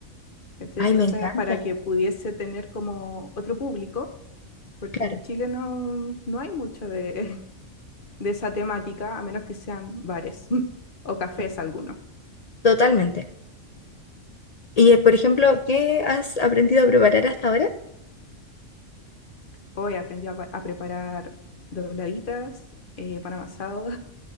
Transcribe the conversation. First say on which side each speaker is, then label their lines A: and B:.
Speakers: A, on the left (about 45°); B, on the left (about 60°).
A: ¿cachai?
B: Ay,
A: Entonces,
B: me encanta.
A: para que pudiese tener como otro público, porque
B: Claro,
A: en Chile no, no hay mucho de, <laughs> de esa temática, a menos que sean bares <laughs> o cafés
B: sí,
A: algunos.
B: totalmente. Y eh, por ejemplo, ¿qué has aprendido a preparar hasta ahora?
A: Hoy aprendí a, pa- a preparar dobladitas, eh, pan amasado